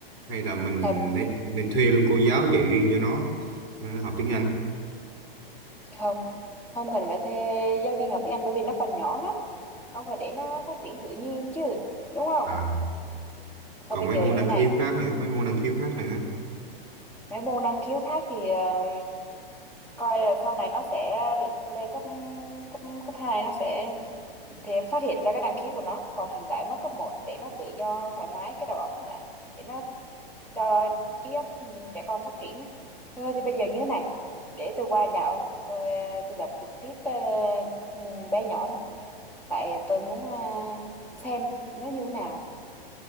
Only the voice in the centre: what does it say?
hợp lý.
không không cần phải thuê giáo viên học tiếng Anh bởi vì nó còn nhỏ lắm ông phải để nó phát triển tự nhiên chứ đúng không
thôi
bây
giờ
như
này
mấy môn năng khiếu khác thì ờ, coi là sau này nó sẽ lên cấp cấp cấp hai nó sẽ thì em phát hiện ra cái năng khiếu của nó còn hiện tại mới cấp một để nó tự do thoải mái cái đầu óc nó đã để nó cho trí óc trẻ con phát triển á thôi thì bây giờ như thế này để tôi qua nhà ông tôi tôi gặp trực tiếp ờ, ừ, bé nhỏ đó tại tôi muốn ờ, xem nó như thế nào